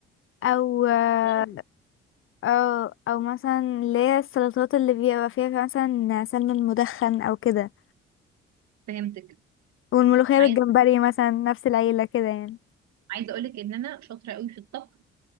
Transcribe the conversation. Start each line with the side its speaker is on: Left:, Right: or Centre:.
Left: او آه،
Right: واو.
Left: او او مثلا اللي هي السلطات اللي بيبقى فيها مثلا سلمون مدخن او كده
Right: فهمتك
Left: والملوخية
Right: عايز
Left: بالجمبري مثلا نفس العيلة كده يعني
Right: عايزة أقولك إن أنا شاطرة قوي في الطبخ